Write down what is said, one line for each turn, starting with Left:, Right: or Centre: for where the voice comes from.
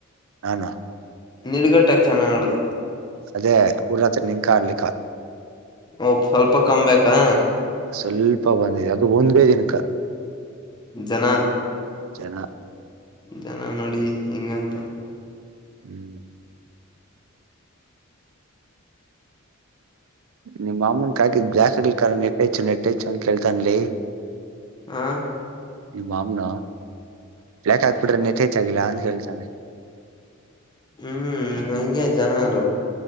Right: ಹಾನ
Left: ನಿಡ್ಗಟ್ಟಕ್ ಚೆನ್ನಾಗ್ ಮಾಡ್ದ
Right: ಅದೇ ಊರ ಹತ್ರ ನಿನ್ಕಾ ಆಡ್ಲಿಕ್ಕ
Left: ಓ ಸ್ವಲ್ಪ ಕ್ಬೇಕಾ
Right: ಸ್ವಲ್ಪ ಬಂದಿದೆ ಅದು ಒಂದೇ ದಿನಕ
Left: ಜನ
Right: ಣ
Left: ಜನ ನೋಡಿ ಹೆಂಗಂತ
Right: ಹ್ಮ್ ನಿಮ್ಮ ಮಾಮನ್ ಕಕಿದ್ದ್ ಜ್ಲಾಕ್ಲ್ ಕ ನೆಟ್ಟೇಚ್ಚು ನೆಟ್ಟೇಚ್ಚು ಅಂತ ಕೇಳ್ತನ್ಲಿ
Left: ಆ
Right: ಈ ಮಾಮನ ಯಾಕ ಹಾಕ್ಬಿಟ್ರೆ ನತ್ಯೇಚ್ಾಗಿಿಲ್ಲ ಅಂತ ಕೇಳ್ತಾನೆ <unintelligible>
Left: ಹ್ಮ್ ನಂಗೆ ಜನಾರ